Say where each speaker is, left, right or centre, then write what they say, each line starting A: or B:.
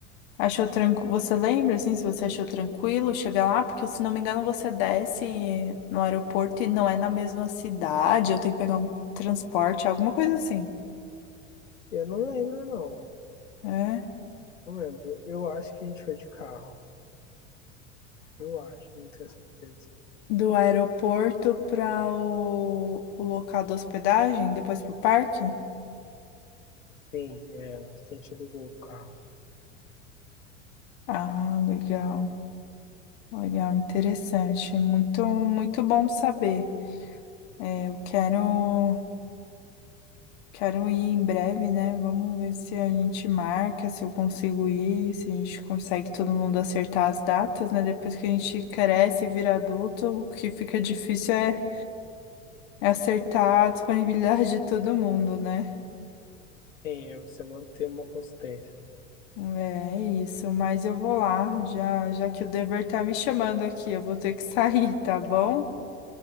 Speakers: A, on the left; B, on the left.
A: Achou tranquilo? Você lembra, assim, se você achou tranquilo chegar lá? Porque, se não me engano, você desce no aeroporto e não é na mesma cidade. Eu tenho que pegar um transporte, alguma coisa assim.
B: Eu não lembro, não,
A: É.
B: não lembro. Eu acho que a gente foi de carro, eu acho, não tenho certeza.
A: Do aeroporto para o, o local da hospedagem, depois para o parque?
B: Sim, é, acho que a gente alugou o carro.
A: Ah, legal. Legal, interessante. Muito, muito bom saber. É, eu quero. Quero ir em breve, né? Vamos ver se a gente marca, se eu consigo ir, se a gente consegue todo mundo acertar as datas, né? Depois que a gente cresce e vira adulto, o que fica difícil é, é acertar a disponibilidade de todo mundo, né?
B: Sim, é você manter uma consistência. né?
A: É é isso, mas eu vou lá, já, já que o dever tá me chamando aqui, eu vou ter que <laughs> sair, tá bom?